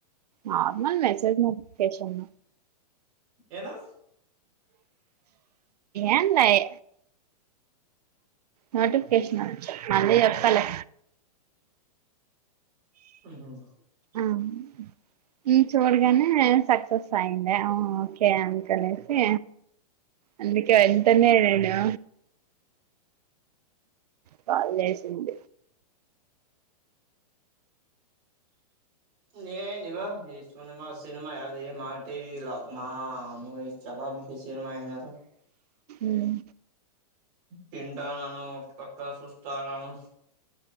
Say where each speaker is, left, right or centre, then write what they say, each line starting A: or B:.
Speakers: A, on the right (about 75°); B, on the right (about 30°).
A: నార్మల్ మెసేజ్ నోటిఫికేషన్
B: ఏనా
A: ఎన్లయే నోటిఫికేషన్ మళ్ళీ ఏప్తాలే
B: ఉహుహ్
A: అవున్ ఈ చూడగానే సక్సెస్ అయిందే ఆ ఓకే అని కనేసి అందుకే వెంటనే రేడా కాల్ జేసింది.
B: నే నీవావ్ వెస్టుగుంది మా సినిమా అది మాటీవీలా మా మూవీస్ చావా ముకి సినిమా ఏం జేతావ్.
A: ఉహ్
B: తింటానను ఒక పక్క చూస్తా నను